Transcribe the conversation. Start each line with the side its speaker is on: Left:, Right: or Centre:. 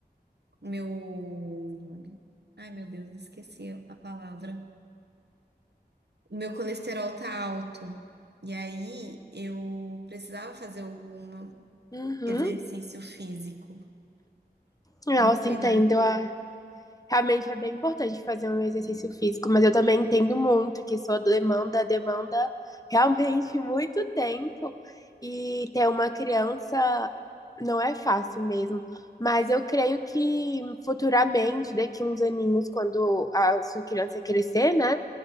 Right: meu. Ai, meu Deus, esqueci a palavra. O meu colesterol tá alto. E aí eu precisava fazer algum
Left: Uhum.
Right: exercício físico.
Left: Nossa,
Right: Inclina,
Left: entendo. ah. Realmente é bem importante fazer um exercício físico, mas eu também entendo muito que sua demanda demanda realmente <laughs> muito tempo e ter uma criança não é fácil mesmo. Mas eu creio que futuramente, daqui uns aninhos, quando a sua criança crescer, né?